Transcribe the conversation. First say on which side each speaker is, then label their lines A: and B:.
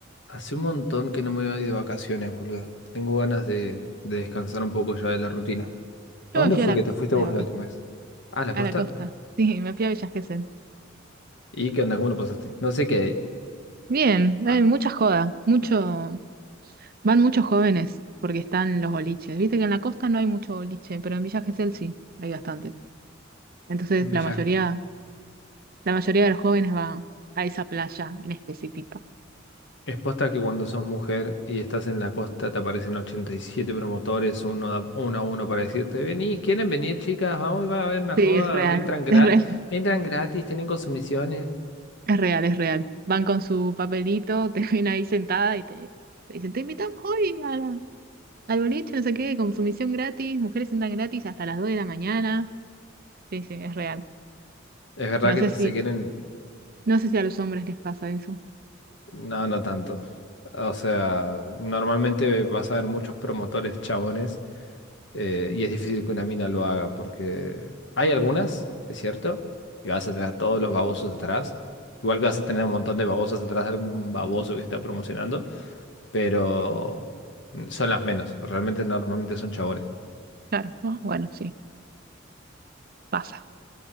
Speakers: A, on the left; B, on the right.
A: Hace un montón que no me voy de vacaciones, boludo. Tengo ganas de, de descansar un poco ya de la rutina.
B: Yo
A: ¿A dónde
B: me fui
A: fue
B: a la
A: que
B: costa
A: te fuiste
B: de
A: vos
B: vacaciones.
A: la última vez? Ah, ¿A la
B: A
A: costa?
B: la costa. <laughs> Sí, me fui a Villa Gesell.
A: ¿Y qué onda? ¿Cómo lo pasaste? No sé qué hay.
B: Bien, hay
A: Ah,
B: mucha joda. Mucho, van muchos jóvenes porque están los boliches. Viste que en la costa no hay mucho boliche, pero en Villa Gesell sí, hay bastante. Entonces
A: en Villaj.
B: la mayoría, la mayoría de los jóvenes va a esa playa en específica.
A: Es posta que cuando sos mujer y estás en la costa te aparecen 87 promotores, uno a uno, a uno para decirte, vení, ¿quieren venir chicas? Vamos, va a haber una
B: Sí,
A: joda,
B: es real,
A: entran,
B: <laughs>
A: gra-
B: es real,
A: entran gratis, tienen consumiciones.
B: es real, es real. Van con su papelito, <laughs> te ven ahí sentada y te, te dicen, te invitamos hoy a la- al boliche, no sé qué, consumición gratis, mujeres sentan gratis hasta las 2 de la mañana. Sí, sí, es real.
A: Es verdad
B: No
A: que
B: sé
A: te, se
B: si,
A: quieren
B: no sé si a los hombres les pasa eso.
A: No, no tanto. O sea, normalmente vas a ver muchos promotores chabones eh, y es difícil que una mina lo haga porque hay algunas, es cierto, y vas a tener a todos los babosos atrás. Igual que vas a tener un montón de babosas atrás de algún baboso que está promocionando, pero son las menos. Realmente normalmente son chabones.
B: Claro, ¿no? Bueno, sí, pasa,